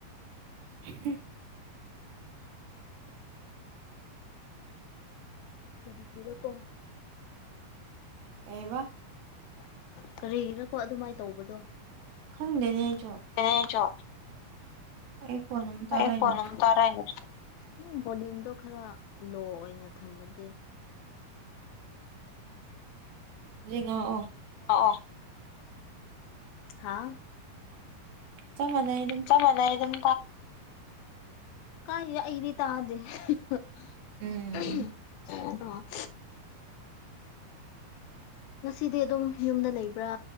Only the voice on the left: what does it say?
ꯀꯔꯤꯒꯤꯔꯀꯣ
ꯀꯔꯤꯒꯤꯔꯀꯣ ꯑꯗꯨꯃꯥꯏꯅ ꯇꯧꯕꯗꯣ
ꯑꯦ ꯆꯣ
ꯑꯩꯄꯣꯅ ꯇꯦꯅꯦ ꯑꯗꯨꯝ ꯕꯣꯂꯌꯨꯝꯗꯣ ꯈꯔ ꯂꯣ ꯑꯣꯏꯅ ꯊꯝꯃꯗꯤꯦ
ꯑꯣ ꯑꯣ ꯍꯥꯥ
ꯆ ꯑꯗꯨꯝ ꯀꯥꯔꯤ ꯑꯩꯗꯤ ꯇꯥꯗꯦ <unintelligible>
ꯉꯁꯤꯗꯤ ꯑꯗꯨꯝ ꯌꯨꯝꯗ ꯂꯩꯕ꯭ꯔꯥ